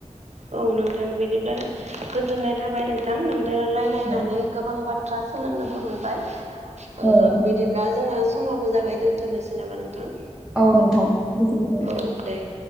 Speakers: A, on the right (about 65°); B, in the centre.
A: औ नोंथां, बिदिब्ला गोजोननाय थाबाय नोंथां नोंदो रायलायनानै
B: औ
A: गोबां बाथ्रा सोलोंनोबो मोनबाय ओ
B: नोंथां
A: <unintelligible> दा जोंना समाबो जाबाय दोन्थ'नोसै नामा नोंथां?
B: औ नोंथां गोजोनथों।
A: औ दे